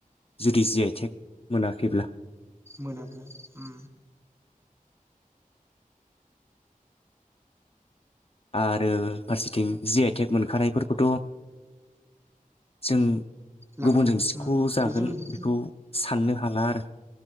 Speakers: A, on the left; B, on the right.
A: जुदि जि आइ टेग मोनाखैब्ला।
B: मोनाब्ला उम
A: आरो फारसेथिं जि आइ टेक मोनखानायफोरखौथ जों
B: लांनो
A: गुबुनजों सिख
B: उम
A: जागोन
B: बे जोंनि
A: खौ साननो खालार